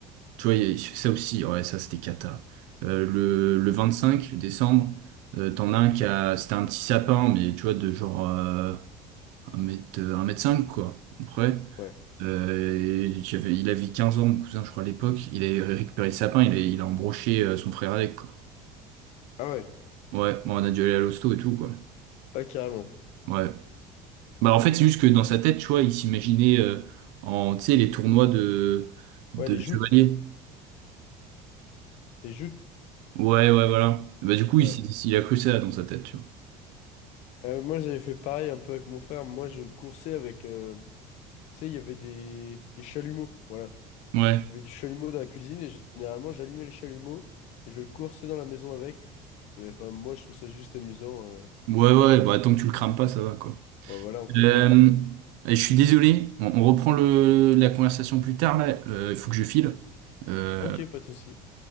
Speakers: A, on the right; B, on the left.
A: tu vois, y a- ça aussi, ouais, ça c'était cata. Euh, le, le cinq décembre, euh, t'en as un qui a, c'était un petit sapin, mais tu vois, de genre euh, 1 mètre, 1 mètre 5, quoi, à peu près.
B: ouais.
A: Euh, et j'avais- il avait 15 ans, mon cousin, je crois, à l'époque. Il avait récupéré le sapin, il a, il a embroché euh, son frère avec, quoi.
B: Ah ouais,
A: Ouais, bon, on a dû aller à l'hosto et tout, quoi.
B: ah, carrément.
A: Ouais. Bah, en fait, c'est juste que dans sa tête, tu vois, il s'imaginait euh, en, tu sais, les tournois de, de
B: Ouais, les joutes.
A: chevaliers.
B: Les joutes.
A: Ouais, ouais, voilà. Bah, du coup, il,
B: Ouais.
A: s'est- il a cru ça dans sa tête, tu vois.
B: Euh, moi, j'avais fait pareil un peu avec mon frère. Moi, je le coursais avec. euh, Tu sais, il y avait des... des chalumeaux. Voilà.
A: Ouais.
B: Il y avait des chalumeaux dans la cuisine et généralement, j'allumais les chalumeaux et je le coursais dans la maison avec. Mais enfin, moi, je trouve ça juste amusant. euh.
A: Ouais, ouais, bah, tant que tu le crames pas, ça va, quoi.
B: Bah, voilà, entre
A: Euh,
B: frères.
A: et je suis désolé, on, on reprend le, la conversation plus tard, là. Euh, Il faut que je file. Euh,
B: Ok, pas de souci.